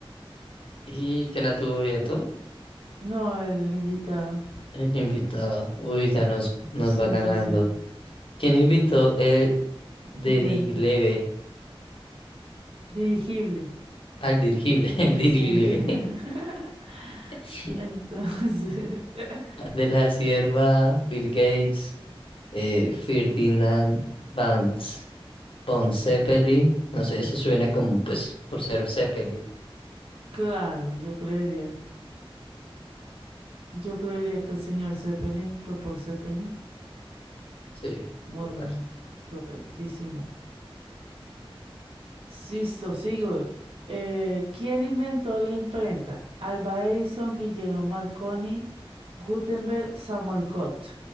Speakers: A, on the left; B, on the right.
A: ¿Y quién la tuvo bien tú?
B: No, el invitado.
A: El invitado. Uy, ya nos, nos
B: Sí,
A: va ganando.
B: sí, sí.
A: ¿Quién invitó el dirigible?
B: Inventa. Dirigible.
A: Al dirigible, <laughs> el dirigible.
B: Sí. <laughs>
A: <laughs>
B: Entonces, <laughs>
A: De la Sierva, Bill Gates, eh, Ferdinand Van, von Zeppelin. No sé, eso suena como, pues, por ser Zeppelin.
B: claro, yo creería. Yo creería que el señor Zeppelin fue por Zeppelin.
A: Sí,
B: Muy
A: total.
B: bien. Correctísimo. Listo, sigo. Eh, ¿quién inventó la imprenta? Alba Edison, Guillermo Marconi, Gutenberg, Samuel Cott.